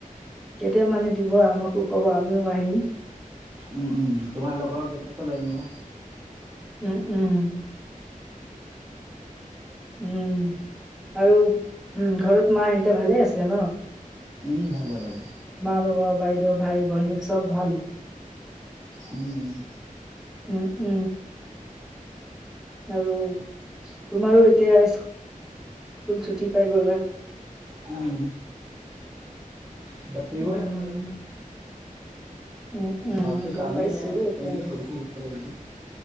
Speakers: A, in the centre; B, on the right.
A: কেতিয়া মানে দিব আমাকো কব আমিও আহিম
B: উম উম তোমাৰ লগৰ কেইটাকো লৈ আনিবা।
A: উম উম। উম আৰু উ ঘৰত মা এহতে ভালে আছে ন?
B: উম ভালে ভালে
A: ম বাবা বাইদেউ ভাই- ভণীক চব ভাল
B: উম
A: উ উ আৰু তোমাৰো এতিয়া ইচ স্কুল ছুটি পাই গলা
B: উম <unintelligible>
A: উম
B: আৰু
A: উম উম
B: ঘৰততো
A: গম
B: কামেই
A: পাইছো
B: নাই আৰু
A: এতিয়া
B: এনেই বহি থাকিব লাগিব।